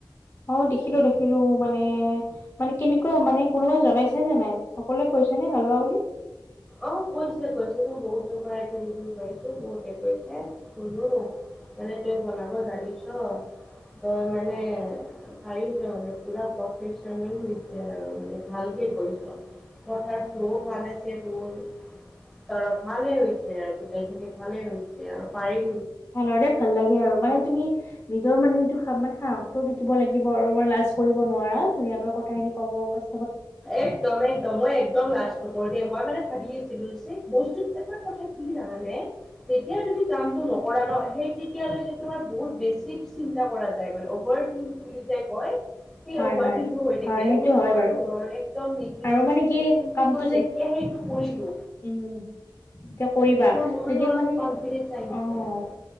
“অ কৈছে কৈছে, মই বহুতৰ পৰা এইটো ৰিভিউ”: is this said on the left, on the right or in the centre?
Centre